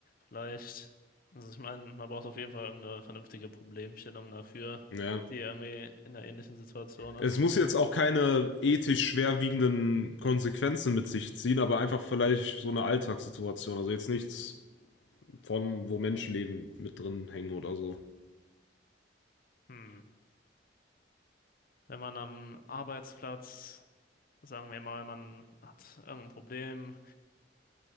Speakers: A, on the left (about 50°); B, on the left (about 80°).
A: Vielleicht, also ich meine, man braucht auf jeden Fall irgendeine vernünftige Problemstellung dafür,
B: Ja.
A: die irgendwie in einer ähnlichen Situation ist.
B: Es muss jetzt auch keine ethisch schwerwiegenden Konsequenzen mit sich ziehen, aber einfach vielleicht so eine Alltagssituation. Also jetzt nichts von, wo Menschenleben mit drin hängen oder so.
A: Hm. Wenn man am Arbeitsplatz, sagen wir mal, man hat irgendein Problem,